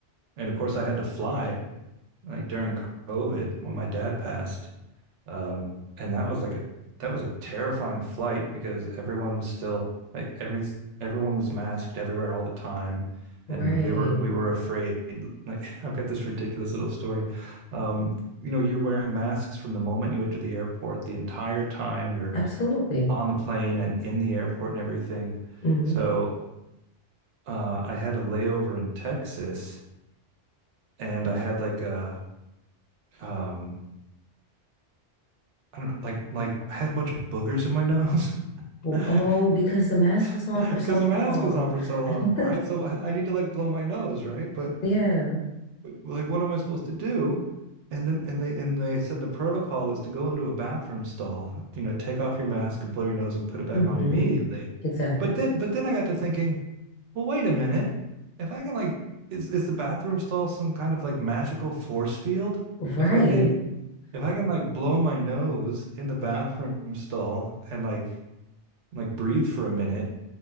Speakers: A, on the right; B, on the left.
A: and of course, I had to fly like during COVID when my dad passed. Um, and that was like a that was a terrifying flight because everyone was still like every everyone was masked everywhere all the time,
B: Right.
A: and we were we were afraid. Like <laughs> I've got this ridiculous little story. Um, you know, you're wearing masks from the moment you enter the airport, the entire time you're
B: Absolutely.
A: on the plane and in the airport and everything.
B: hmm
A: So uh, I had a layover in Texas, and I had like a um, I don't know, like like I had a bunch of boogers in my nose.
B: Well,
A: <laughs>
B: Oh, because the mask was
A: <laughs>
B: on for
A: Because
B: so
A: the
B: long.
A: mask goes on for so long,
B: <laughs>
A: right? So I need to like blow my nose, right? But
B: Yeah.
A: like, what am I supposed to do? And then and they and they said the protocol is to go into a bathroom stall, you know, take off your mask and blow your nose and put it back
B: hmm
A: on immediately.
B: Exactly.
A: But then but then I got to thinking, well, wait a minute. If I can like, is is the bathroom stall some kind of like magical force field?
B: Right.
A: If I can if I can like blow my nose in the bathroom stall and like like breathe for a minute